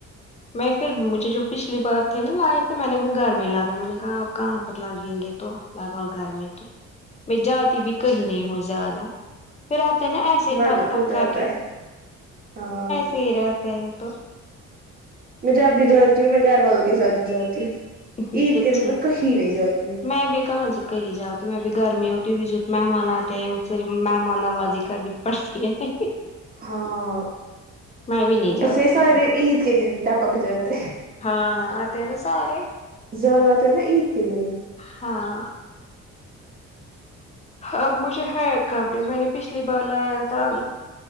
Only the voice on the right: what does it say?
اچھا
ورنہ
کون جاتا
ہے ہاں
میں جب بھی جاتی ہوں میں گھر والوں کے ساتھ ہی جاتی ہوں
عید کے دن میں کہیں نہیں جاتی ہوں
ہاں
اوپر
سے سارے
عید کے دن ٹپک جاتے
زیادہ تر نا عید کے دن ہی